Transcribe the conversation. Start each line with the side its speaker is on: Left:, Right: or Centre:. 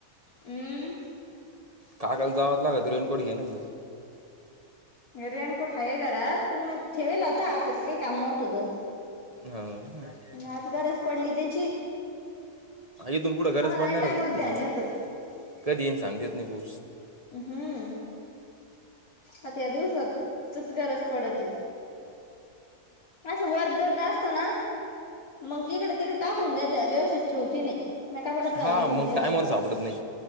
Left: हम्म
Right: काकाल जावच लाग तर रनकोट घेनच..
Left: रें कुठा आहे घरात पण मग ठेवेल होता आता काही काम नव्हतं...
Right: हां
Left: आज गरज पडली दे....
Right: इथून पुढं गरज
Left: आम्हाला
Right: पाडणार
Left: ऐन टाइमवर
Right: ना त्याची
Left: ध्यान येतं
Right: कधी येईन सांगता येत नाही बो...
Left: हम्म... आ त्या दिवसात... च गरज पडती असं वरदर असत ना... मंग इकड तिकड टाकून देत्या व्यवस्थित ठेवती नाही.. मग कपाटात
Right: हा
Left: घालून
Right: मग
Left: ठेवून देइल
Right: टायमवर
Left: होत
Right: सापडत नाही